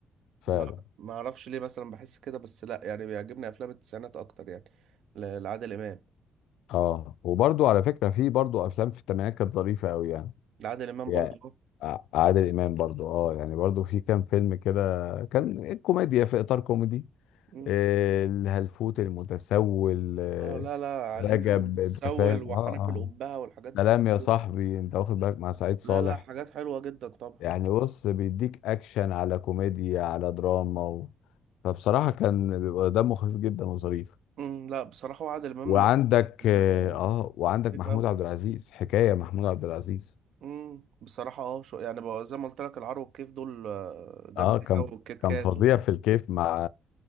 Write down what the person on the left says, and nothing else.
فعلا
اه وبرضه على فكره في برضه افلام في الثمانينات كانت ظريفه قوي يعني
يعني
ع- عادل امام برضه اه يعني برضه في كام فيلم كده كان كوميديا في اطار كوميدي
آه، الهلفوت المتسول آه،
رجب
انت فاهم
اه اه
سلام
يا صاحبي
انت واخد بالك مع سعيد صالح
يعني بص بيديك اكشن على كوميديا على دراما و... فبصراحه كان بيبقى دمه خفيف جدا وظريف
وعندك
اه آه، وعندك
محمود
عبد العزيز حكايه محمود عبد العزيز
اه كان
كان
فظيع في الكيف مع